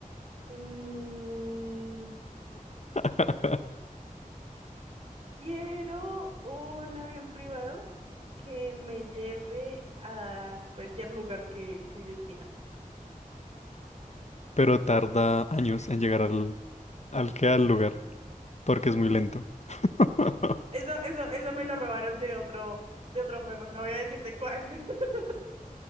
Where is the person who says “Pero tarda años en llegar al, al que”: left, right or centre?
Left